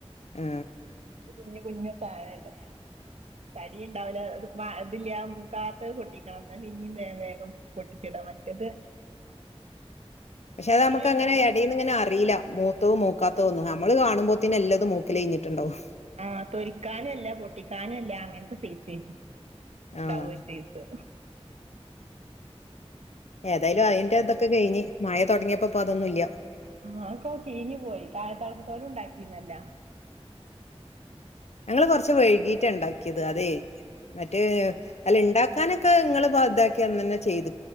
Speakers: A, on the left (about 80°); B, on the right (about 75°).
A: ആ
B: ഇത് കുഞ്ഞു കുഞ്ഞു പാന്ണ്ട് തടി ഉണ്ടാവൂല ത് ല്ല്യ ആ മൂക്കാത്ത് പൊട്ടിക്കണം ന്നാ പിന്നേം വേഗം വേഗം പൊട്ടി ക്കിണ്ടോമറ്റത്
A: പക്ഷെ അതമ്മക്കങ്ങനെ
B: അല്ല
A: എടയീന്ന-
B: പൊട്ടി
A: ങ്ങനെ അറിയില മൂത്തഉം മൂക്കാത്തഒന്നും നമ്മള് കാണുമ്പോത്തന്നെ എല്ലതും മൂക്കലൈഞ്ഞിട്ടുണ്ടാവും
B: ആ തൊരിക്കാനുഅല്ല പൊട്ടിക്കാനു അല്ല അങ്ങനത്തെ സെയ്സ്
A: ആഹ്
B: ഡാവുഅ ചീസ്
A: ഏതായാലും അയ്ന്റെതൊക്കെ കയിഞ്ഞ് മയതൊടങ്ങിയപ്പൊപ്പതൊന്നുല്ല്യ
B: ആ അഒക്കെ ചീഞ്ഞ് പോയി തായത്തള്പ്പ്തോലും ണ്ടാക്കീന്നല്ലാ
A: ഞങ്ങള് കൊറച്ച് വയ്കീറ്റാ ണ്ടാക്കിയത് അതേ മറ്റ് അല്ല ണ്ടാക്കാനൊക്കെ ങ്ങള് താക്കിയന്നന്നെ ചെയ്ത്